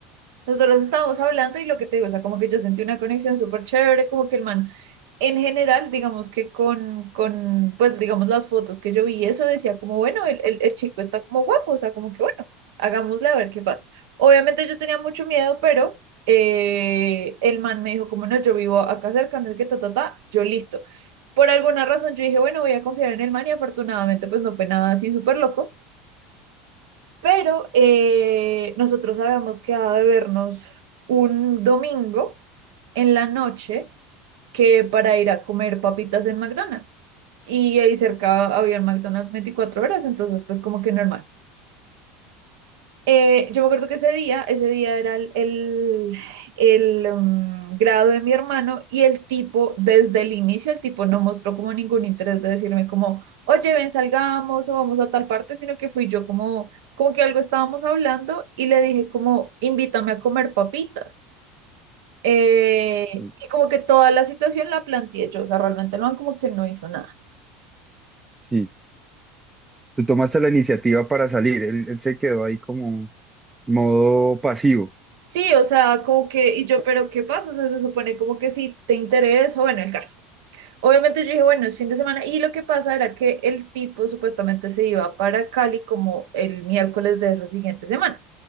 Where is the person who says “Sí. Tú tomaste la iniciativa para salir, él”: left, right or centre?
Right